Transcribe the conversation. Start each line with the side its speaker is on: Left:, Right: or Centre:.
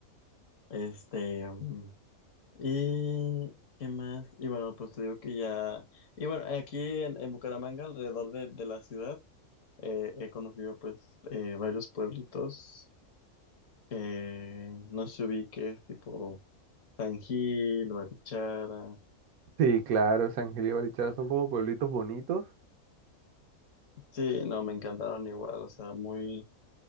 Left: Este, mm, y qué más, y bueno, pues te digo que ya, y bueno, aquí en, en Bucaramanga, alrededor de, de la ciudad, Eh, he conocido pues eh, varios pueblitos, eh, no sé si que es tipo San Gil, Barichara.
Right: Sí, claro, San Gil y Barichara son como pueblitos bonitos.
Left: Sí, no, me encantaron igual, o sea, muy,